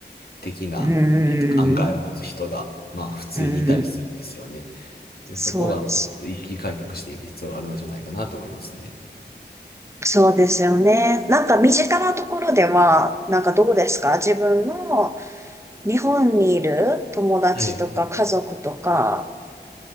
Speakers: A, on the left; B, on the right.
A: 的な、
B: うん。
A: えっと、考えを持つ人が、まあ、普通にいたりするんですよね。
B: うん。
A: で、
B: そうです。
A: そこが、まあちょっと意識改革していく必要があるのじゃないかなと思いますね。
B: そうですよね。なんか身近なところでは、なんかどうですか自分の日本にいる友達とか家族とか
A: はい。